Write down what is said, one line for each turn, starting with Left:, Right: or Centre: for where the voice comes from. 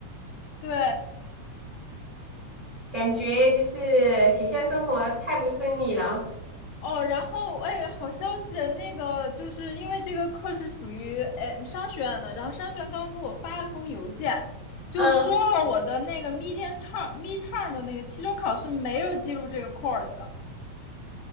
Left: 对
Right: 感觉就是学校生活太不顺利了。
Left: 哦，然后哎，好消息，那个就是因为这个课是属于哎商学院的，然后商学院刚刚给我发了封邮件，就说了我的那个
Right: 嗯。
Left: mid term mid term 的那个期中考试没有记录这个 course，